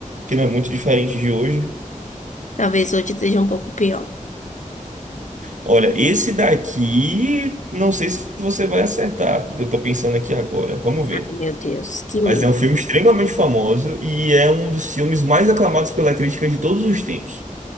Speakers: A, on the right; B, on the left.
A: que não é muito diferente de hoje.
B: Talvez hoje esteja um pouco pior.
A: Olha, esse daqui, não sei se você vai acertar. Eu tô pensando aqui agora. Vamos ver.
B: Ai, meu Deus, que medo.
A: Mas é um filme extremamente famoso e é um dos filmes mais aclamados pela crítica de todos os tempos.